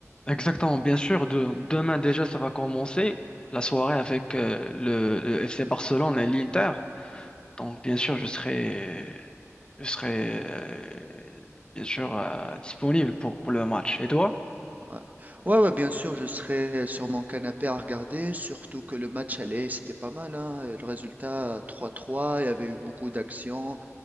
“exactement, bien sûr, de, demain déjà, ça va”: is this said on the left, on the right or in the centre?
Left